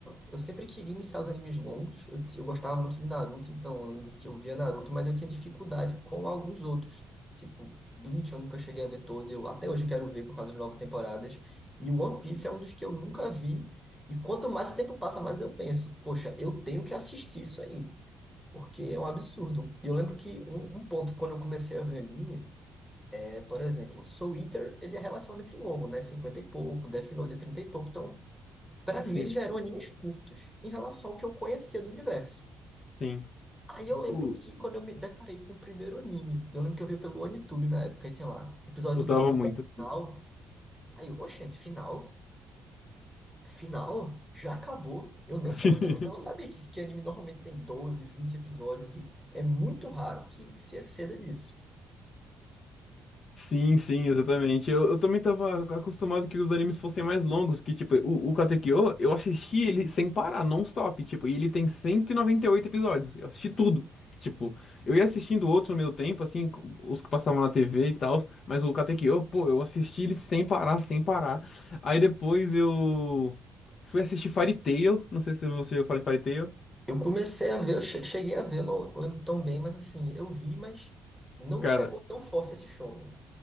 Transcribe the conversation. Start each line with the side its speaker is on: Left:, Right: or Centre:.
Centre: Eu sempre queria iniciar os animes longos. Eu, ti- eu gostava muito de Naruto, então eu lembro que eu via Naruto, mas eu tinha dificuldade com alguns outros. Tipo, Bleach eu nunca cheguei a ver todo. Eu, até hoje eu quero ver por causa das novas temporadas. E One Piece é um dos que eu nunca vi. E quanto mais o tempo passa, mais eu penso, poxa, eu tenho que assistir isso aí. Porque é um absurdo. E eu lembro que um, um ponto, quando eu comecei a ver anime, é, por exemplo, Soul Eater, ele é relativamente longo, né? cinquenta e pouco, Death Note é 30 e pouco. Então, Pra
Left: Sim,
Centre: mim, eles já eram animes curtos em relação ao que eu conhecia do universo.
Left: sim.
Centre: Aí eu lembro
Left: U-
Centre: que quando eu me deparei com o primeiro anime, eu lembro que eu vi pelo OneTube na época, e tinha lá, episódio
Left: usava
Centre: 12
Left: muito.
Centre: final. Aí eu, oxente, final? Final? Já acabou? Eu não,
Left: <laughs>
Centre: sa- você não, eu não sabia que isso que anime normalmente tem 12, 20 episódios, e é muito raro que se exceda disso.
Left: Sim, sim, exatamente. Eu, eu também tava acostumado que os animes fossem mais longos, que tipo, o, o Katekyo, eu assisti ele sem parar, non-stop, tipo, e ele tem 198 episódios. Eu assisti tudo. Tipo, eu ia assistindo outros no meu tempo, assim, co- os que passavam na TV e tal, mas o Katekyo, pô, eu assisti ele sem parar, sem parar. Aí depois eu fui assistir Fairy Tail, não sei se você já falou Fairy Tail.
Centre: Eu comecei a ver, eu che- cheguei a ver, eu não lembro tão bem, mas assim, eu vi, mas não
Left: Cara,
Centre: me pegou tão forte esse show, né?